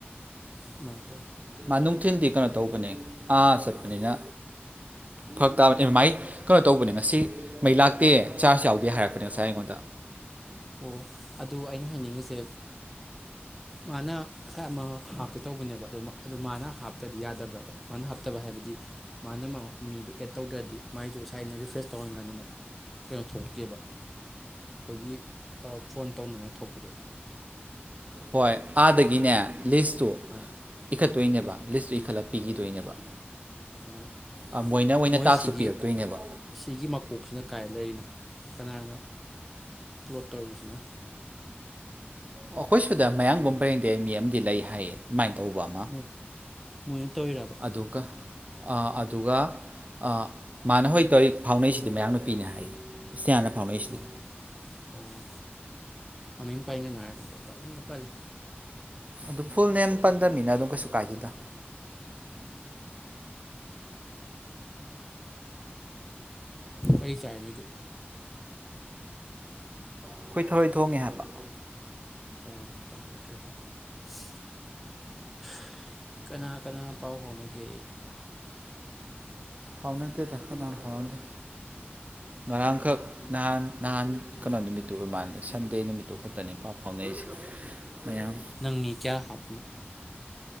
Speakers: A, in the centre; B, on the right.
A: ꯁꯨꯃꯥꯏꯅ ꯇꯧꯋꯤ
B: ꯃꯥ ꯅꯨꯡꯊꯤꯜꯗꯤ ꯀꯩꯅꯣ ꯇꯧꯕꯅꯦ ꯑꯥ ꯆꯠꯄꯅꯤꯅ ꯐꯔꯛ ꯇꯥꯕꯅꯤ ꯑꯗꯨꯃꯥꯏ ꯀꯩꯅꯣ ꯇꯧꯕꯅꯦ ꯉꯁꯤ ꯃꯩ ꯂꯥꯛꯇꯦ ꯆꯥꯔꯖ ꯌꯥꯎꯗꯦ ꯍꯥꯏꯔꯛꯄꯅꯦ ꯉꯁꯥꯏ ꯑꯩꯉꯣꯟꯗ
A: ꯑꯣ ꯑꯗꯨ ꯑꯩꯅ ꯍꯥꯏꯅꯤꯡꯉꯤꯁꯦ ꯃꯥꯅ ꯉꯁꯥꯏ ꯑꯃ ꯍꯥꯞꯀꯦ ꯇꯧꯕꯅꯦꯕ ꯑꯗꯨꯣ ꯑꯗꯨ ꯃꯥꯅ ꯍꯥꯞꯇ꯭ꯔꯗꯤ ꯌꯥꯗꯕ꯭ꯔꯕ ꯃꯥꯅ ꯍꯥꯞꯇꯕ ꯍꯥꯏꯕꯗꯤ ꯃꯥꯅ ꯃꯤꯗꯣ ꯑꯦꯠ ꯇꯧꯗ꯭ꯔꯗꯤ ꯃꯥꯏꯁꯨ ꯉꯁꯥꯏꯅ ꯔꯤꯐ꯭ꯔꯦꯁ ꯇꯧꯔꯟꯀꯥꯟꯗꯅꯦ ꯀꯩꯅꯣ ꯊꯣꯛꯇꯦꯕ ꯑꯩꯈꯣꯏꯒꯤ ꯐꯣꯟ ꯇꯧꯅꯉꯥꯏ ꯊꯣꯛꯄꯗꯣ
B: ꯍꯣꯏ
A: ꯑꯗꯨ
B: ꯑꯥꯗꯒꯤꯅꯦ
A: ꯊꯣꯛꯇꯦꯕ
B: ꯂꯤꯁ
A: ꯑꯥ
B: ꯏꯈꯠꯇꫭꯏ ꯅꯦꯕ ꯂꯤꯁ ꯏꯈꯠꯂ ꯄꯤꯒꯤꯊꫭꯏ ꯅꯦꯕ
A: ꯑꯣ
B: ꯑ ꯃꯣꯏꯅ ꯑꫭꯏꯅ
A: ꯃꯣꯏ
B: ꯇꯥꯛꯁꯇꫭ
A: ꯁꯤꯒꯤ
B: ꯄꯤꯔꯛꯇꯣꯏꯅꯦꯕ
A: ꯁꯤꯒꯤ ꯃꯀꯣꯛꯁꯤꯅ ꯀꯥꯏ ꯂꯩꯔꯤꯅꯣ ꯀꯅꯥꯅ ꯄ꯭ꯂꯣꯠ ꯇꯧꯔꯤꯅꯣꯁꯤꯅ
B: ꯑꯣ ꯑꯈꫭꯏ ꯁꯤꯗ ꯃꯌꯥꯡꯒꯨꯝꯕ ꯏꯟꯗꯤꯌꯟꯒꯤ ꯑꯃꯗꯤ ꯂꯩ ꯍꯥꯏꯌꯦ ꯑꯗꯨꯥꯏꯅ ꯑ ꯇꯧꯕ ꯑꯃ
A: ꯃꯣꯏ ꯃꯣꯏꯅ ꯇꯧꯔꯤꯔꯕ
B: ꯑꯗꯨꯒ ꯑ ꯑꯗꯨꯒ ꯑ ꯃꯥꯅ ꯍꯣꯏ ꯇꯧꯔꯤ ꯐꯥꯎꯅꯩꯁꯤꯗꯤ ꯃꯌꯥꯝꫪ ꫪꯅꯨꯄꯤꯅꯤ ꯍꯥꯏꯌꯦ ꯏꯁꯇꯤꯌꯥꯅ ꯐꯥꯎꯅꯩꯁꯤꯗꯤ
A: ꯑꯣ ꯑꯣ ꯃꯃꯤꯡ ꯄꯥꯟꯒꯅꫭ ꯍꯥꯏꯔꯅ ꯄꯨꯡꯄꯟꯗ ꯄꯜꯂꯦ
B: ꯑꯗꯨ ꯐꯨꯜ ꯅꯦꯝ ꯄꯟꯗꯕꯅꯤꯅ ꯑꯗꯨꯝ ꯀꯩꯁꯨ ꯀꯥꯏꯗꯦꯗ
A: ꯎꯝ ꯀꯔꯤ ꯆꯥꯏ ꯅꯣꯏꯗꯤ
B: ꯑꯩꯈꯣꯏ ꯊꯔꯣꯏ ꯊꯣꯡꯉꯦ ꯍꯥꯏꯕ
A: ꯑꯣ ꯇꯥꯍꯧꯗ꯭ꯔꯦꯅꯦ <unintelligible> ꯀꯅꯥ ꯀꯅꯥ ꯄꯥꯎ ꯐꯥꯎꯅꯒꯦ
B: ꯐꯥꯎꯅꯗꯦꯗ ꯀꯅꯥꯝ ꯐꯥꯎꯅꯗꯦ ꯉꯔꯥꯡꯈꯛ ꯅꯍꯥꯟ ꯅꯍꯥꯟ ꯀꯩꯅꯣ ꯅꯨꯃꯤꯠꯇꯨ ꯑꯣꯏꯕ ꯃꯥꯜꯂꯦ ꯁꯟꯗꯦ ꯅꯨꯃꯤꯠꯇꯨ ꯈꯛꯇꯅꯦ ꯄꯥꯎ ꯐꯥꯎꯅꯔꯤꯁꯦ ꯃꯌꯥꯝ
A: ꯅꯪꯅꯤ ꯀꯌꯥ ꯍꯥꯞꯄꯤꯅꯣ